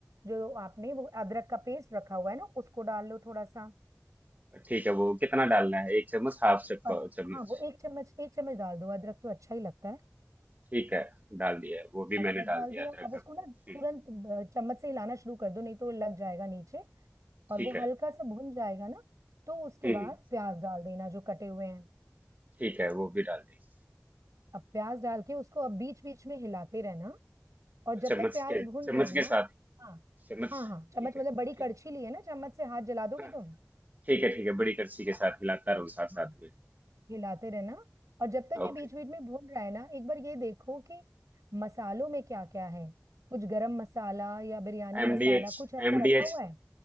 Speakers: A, on the right; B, on the right.
A: जो आपने वो अदरक का पेस्ट रखा हुआ है ना उसको डाल लो थोड़ा सा
B: ठीक है वो कितना डालना है एक चम्मच हाफ चप-
A: और
B: चम्मच
A: हाँ वो एक चम्मच एक चम्मच डाल दो अदरक तो अच्छा ही लगता है
B: ठीक है डाल दिया है वो भी
A: अदरक
B: मैंने डाल
A: डाल
B: दिया
A: दिया
B: अदरक
A: अब
B: का
A: उसको
B: हम्म,
A: ना तुरंत अ, चम्मच से हिलाना शुरू कर दो नहीं तो लग जाएगा नीचे और
B: ठीक
A: वो
B: है
A: हल्का सा भुन जाएगा ना तो उसके
B: हम्म हम्म,
A: बाद प्याज डाल देना जो कटे हुए हैं
B: ठीक है वो भी डाल दिया
A: अब प्याज डाल के उसको अब बीच बीच में हिलाते रहना और जब
B: चम्मच
A: तक प्याज
B: के
A: भुन
B: चम्मच
A: रहे
B: के
A: ना
B: साथ
A: हाँ
B: चम्मच
A: हाँ हाँ चम्मच
B: ठीक
A: मतलब
B: है
A: बड़ी कड़छी
B: ठीक
A: ली है ना चम्मच से हाथ जला दोगे
B: हाँ
A: तुम
B: ठीक है ठीक है बड़ी करछी के साथ हिलाता रहूँ साथ
A: हाँ
B: साथ में
A: हिलाते रहना और जब तक ये
B: ओके
A: बीच बीच में भून रहा है ना एक बार ये देखो कि मसालों में क्या क्या है कुछ गरम मसाला या बिरयानी
B: एमडीएच
A: मसाला कुछ ऐसा
B: एमडीएच
A: रखा हुआ है